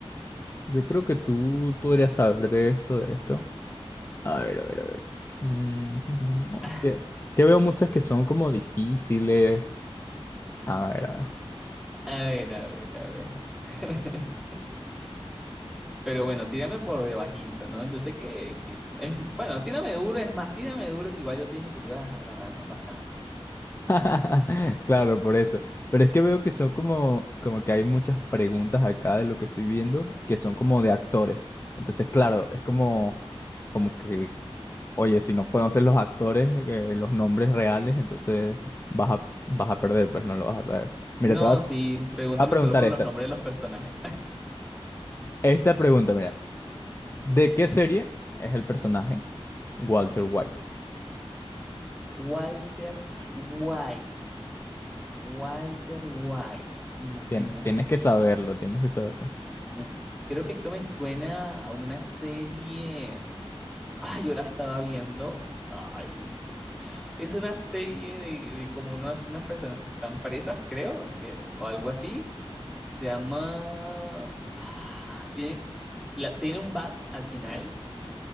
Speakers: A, on the left; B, in the centre.
A: Yo creo que tú podrías saber de esto, de esto. A ver, a ver, a ver. Mm, <laughs> ujú. No,
B: <laughs>
A: es que, que veo muchas que son como difíciles. A ver, a ver.
B: A ver, a ver, a ver. <laughs> Pero bueno, tírame por debajito, ¿no? Yo sé que, que- es- bueno, tírame duro, es más, tírame duro que igual yo te dije que te iba a dejar ganar, no pasa nada.
A: <laughs> Claro, por eso. Pero es que veo que son como, como que hay muchas preguntas acá de lo que estoy viendo que son como de actores. Entonces, claro, es como, como que, oye, si no conoces los actores, eh, los nombres reales, entonces vas a, vas a perder, pues no lo vas a saber. Mira,
B: No,
A: te vas,
B: sí,
A: te
B: pregúntame
A: voy a preguntar
B: solo por
A: esta.
B: los nombres de los personajes.
A: Esta pregunta, mira. ¿De qué serie es el personaje Walter White?
B: <laughs> Walter White, Walter White, imagínate.
A: Tien- tienes que saberlo, tienes que saberlo.
B: Mm, Creo que esto me suena a una serie. Ah, yo la estaba viendo. Ay, eh, es una serie de, de como unas, unas personas que están presas, creo, que, o algo así Se llama... Ah, tiene, la- tiene un bat al final.